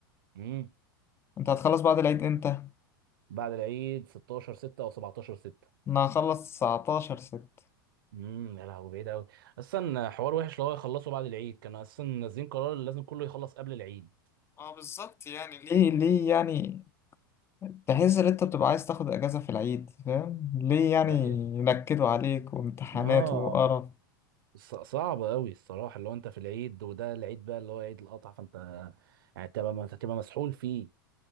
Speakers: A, on the right (about 70°); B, on the left (about 20°).
A: امم
B: انت هتخلص بعد العيد امتى
A: بعد العيد ستاشر ستة أو سبعتاشر ستة
B: انا هخلص 19 ستة
A: امم يا لهوي بعيد أوي أصلا حوار وحش لو هو يخلصوا بعد العيد كانوا أصلا نازلين قرار اللي لازم كله يخلص قبل العيد
B: اه بالظبط يعني ليه ليه يعني تحس ان انت بتبقى عايز تاخد اجازة في العيد فاهم ليه يعني
A: ايوه
B: ينكدوا عليك وامتحانات
A: اه
B: وقرف
A: ص- صعب قوي الصراحه اللي هو انت في العيد وده العيد بقى اللي هو عيد القطع فانت يعني تبقى ما تبقى مسحول فيه